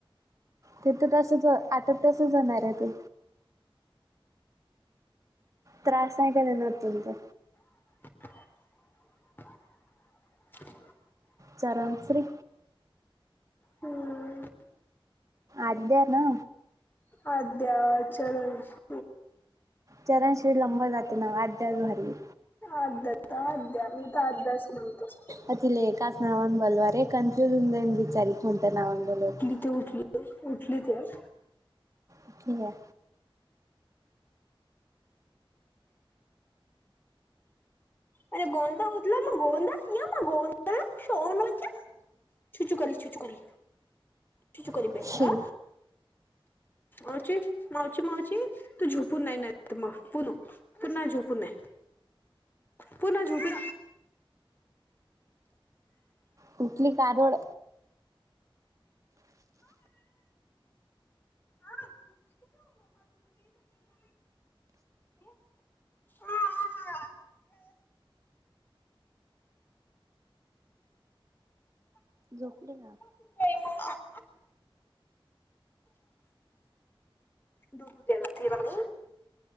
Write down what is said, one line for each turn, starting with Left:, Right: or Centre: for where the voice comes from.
Right: ते तं तसंच आता तसंच व्हणारे ते. त्रास आहे का देणार तुमचा?
Left: <inaudible>
Right: चारणश्री?
Left: हम्म
Right: आद्या ना?
Left: आद्या, चरणश्री
Right: चरणश्री लंबा जाते ना वं, आद्याच भारीये.
Left: आद्या तं आद्या. तर आद्याच म्हणत असतो
Right: अ तिले एकाच नावाने बोलवा रे, कन्फ्युज होऊन जाईन बिचारी कोणत्या नावाने बोलवता.
Left: ती उठली, उठली त्याज
Right: उठली का?
Left: अरे गोंदा उथला मं गोंदा, यमा गोंदा शोनूचा. छुछू कली, छुछू कली, छुछू कली
Right: आहे
Left: बेनद्या. आछी मावछी मावछी तू झुपून नाही ना तं पुनं पुन्हा झोपूनये, पुन्हा झोपी
Right: कुठली का रड
Left: <unintelligible> <inaudible>
Right: झोपली का?
Left: <unintelligible> दुधू द्याला तिला मी